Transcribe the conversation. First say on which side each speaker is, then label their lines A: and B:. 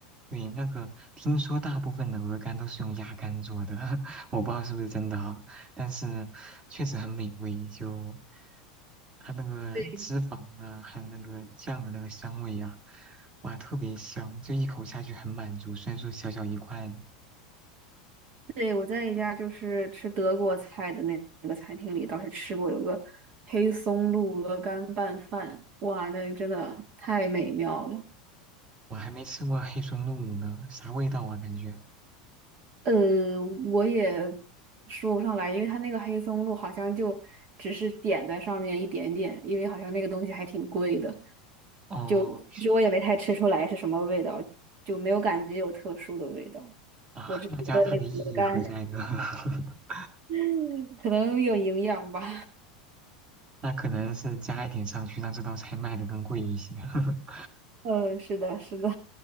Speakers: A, on the right; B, on the right.
A: 对，那个听说大部分的鹅肝都是用鸭肝做的，<laughs> 我不知道是不是真的啊，但是确实很美味，就它那个脂肪啊，
B: 对。
A: 还有那个酱的那个香味呀、哇，特别香，就一口下去很满足，虽然说小小一块。
B: 对，我在一家就是吃德国菜的那那个餐厅里，倒是吃过有个黑松露鹅肝拌饭，哇，那真的太美妙了。
A: 我还没吃过黑松露乳呢，啥味道啊？感觉
B: 呃，我也说不上来，因为它那个黑松露好像就只是点在上面一点点，因为好像那个东西还挺贵的，
A: 哦
B: 就其实我也没太吃出来是什么味道，就没有感觉有特殊的味道。
A: 啊，
B: 我只觉得那个鹅肝
A: 那加它的意义何在呢？<laughs>
B: <laughs> 可能有营养吧。
A: 那可能是加一点上去，让这道菜卖的更贵一些。<laughs>
B: <laughs> 嗯，是的，是的。